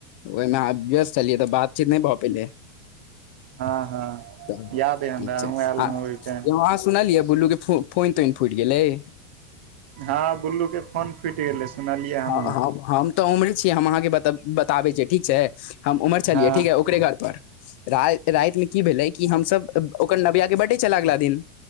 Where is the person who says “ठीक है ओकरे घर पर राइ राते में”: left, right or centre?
Left